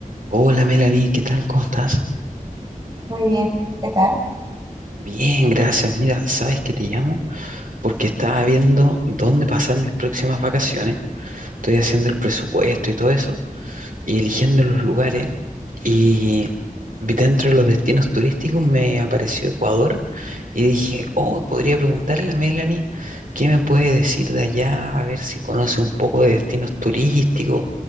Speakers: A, on the right (about 65°); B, on the right (about 25°).
A: Hola Melanie, ¿qué tal? ¿Cómo estás?
B: Muy bien, ¿qué tal?
A: Bien, gracias. Mira, sabes que te llamo porque estaba viendo dónde pasar mis próximas vacaciones. Estoy haciendo el presupuesto y todo eso y eligiendo los lugares. Y vi dentro de los destinos turísticos me apareció Ecuador y dije, oh, podría preguntarle a Melanie qué me puede decir de allá, a ver si conoce un poco de destinos turísticos,